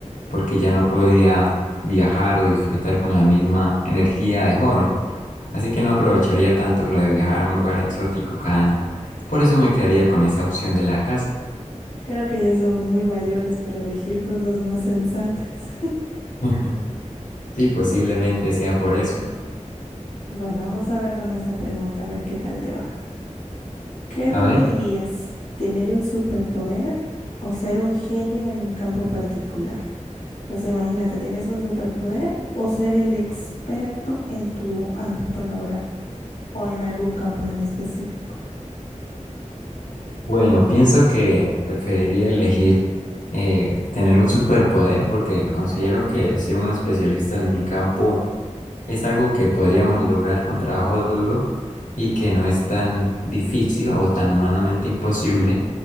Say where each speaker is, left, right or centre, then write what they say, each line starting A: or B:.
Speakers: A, on the left; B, on the left.
A: porque ya no podría viajar o disfrutar con la misma energía de joven. Así que no aprovecharía tanto lo de viajar a un lugar exótico cada año. Por eso me quedaría con esa opción de la casa.
B: Creo que ya somos muy mayores para elegir cosas más sensatas. <laughs>
A: <laughs> Sí, posiblemente sea por eso.
B: Bueno, vamos a ver con esta pregunta, a ver qué tal te va. ¿Qué
A: A
B: preferirías?
A: ver,
B: ¿Tener un superpoder o ser un genio en un campo particular? O sea, imagínate, ¿tienes un superpoder o ser el experto en tu ámbito laboral o en algún campo en específico?
A: bueno, pienso que preferiría elegir eh, tener un superpoder porque considero que ser un especialista en mi campo es algo que podríamos lograr con trabajo duro y que no es tan difícil o tan humanamente imposible